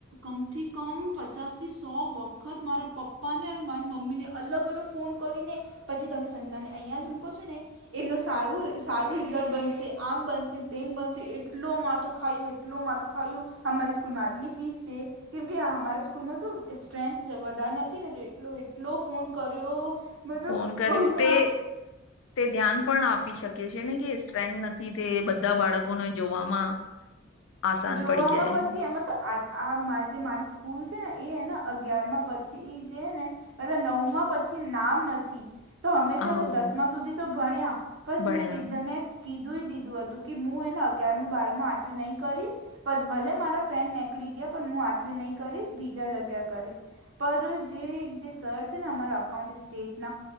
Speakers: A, on the right (about 70°); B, on the left (about 75°).
A: કમથી કમ પચાસ થી સો વખત મારા પપ્પા. પાને મા મમ્મી ને અલગ અલગ ફોન કરીને પછી તમે સંજના ને અહં જ મૂકો છો ને. એમનું સારું સારું રિઝલ્ટ બનશે આમ બનશે તેમ બનશે એટલો મા તો. ખું એટલું માથું ખાયું. હમારે સ્કૂલમાં આટલી ફીસ છે કે્મેકે હમારે સ્કૂલમાં સ્ટ્રેન્થ જ વધાર. નથી ને તો એટલો એટલો ફોન કર્યો. મતલબ
B: ફોન કર્યો
A: કોઈને
B: તે.
A: આમ
B: તે ધ્યાન પણ આપી શકે છે ને કે સ્ટ્રેન્થ નથી તે બધા બાળકોને જોવામાં <inaudible>
A: જોવામાં
B: પડી જાય
A: પછી એમાં તો. આ મા જે મારી સ્કૂલ છે ને એ ને અગિયારમાં પછી એ જે ને. નવમાં પછી નામ નથી. તો હંમેશા
B: આવ
A: દસમા સુધી તો ભણ્યા પછ
B: ભણ્યા
A: મેં વચમે. કીધું દીધું હતું કે હું એને અગિયારમ બારમું આટલી નહી કરીશ. પછ ભલે મારા ફ્રેન્ડ નીકળી ગયા પણ હું આટલી નહી કરીશ બીજા જગ્યા કરીશ. પર જે જે સર છે ને અમારા અકાઉન્ટ સ્ટેટના.